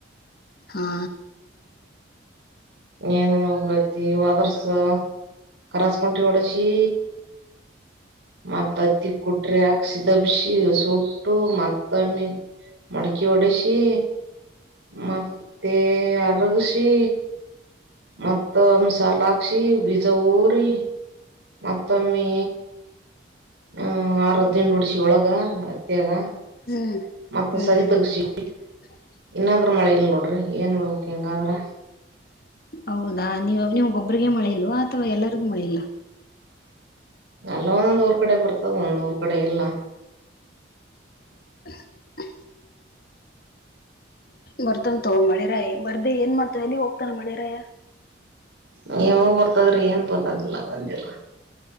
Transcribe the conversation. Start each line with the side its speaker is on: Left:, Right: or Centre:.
Left: ಹಾ
Right: ಏನ್ ಒತಿ ಅದರ್ಸ ಕರಸ್ಕಂಟಿ ಹೊಡಸಿ ಮತ್ ಅತ್ತಿ ಕುಟ್ರಿ ಹಾಕ್ ಸಿದಬ್ಸಿ ಸೂಟ್ಟು ಮತ್ ಮತ್ತಮ್ಮಿ ಮಡಕಿ ಓಡಸಿ ಮತ್ತೆ ಅರಗಸಿ ಮತ್ತ ಹಂಸಾಲಾಕ್ಷಿ ಬಿಜೌರಿ ಮತ್ತೊಮ್ಮಿ ಹ ಆರು ದಿಂಡಾ ಉಡ್ಸಿ ಒಳಗ ಹತ್ಯಾಗ
Left: ಹ್ಮ್
Right: ಮತ್ತ
Left: ಹ್ಮ್ಮ್
Right: ಸದಿ ತೆಗ್ಸಿ
Left: ಹ್
Right: ಇನ್ನಾದ್ರೂ ಮಳೆ ಇಲ್ ನೋಡ್ರಿ ಏನ್ ಮಾಡಡ್ಬೇಕ್ ಹಿಂಗಾದ್ರ
Left: ಹೌದಾ ನಾ ನೀವು ನಿಮ್ಗೊಬರೀಗ ಮಳಿ ಇಲ್ವಾ ಅಥವಾ ಎಲ್ಲರಿಗೂ ಮಳಿಲ್ಲ
Right: ಅಲ್ಲ ಒಂದೊಂದ್ ಊರ್ ಕಡೆ ಬರ್ತದ ಒಂದ್ ಊರ್ ಕಡೆ ಇಲ್ಲ
Left: <inaudible> ಬರ್ತನ್ ತಗೋ ಮಳೆರಾಯ ಬರ್ದೆ ಏನ್ ಮಾಡ್ತಾನ ಎಲ್ಲಿಗ ಹೋಗ ಪ ಮಳೆರಾಯ
Right: ಹ್ಮ್ ಬರ್ತದ್ರಿ ಏನ್ ಬಂದಗಿಲ್ಲ ಬಂದಿಲ್ಲ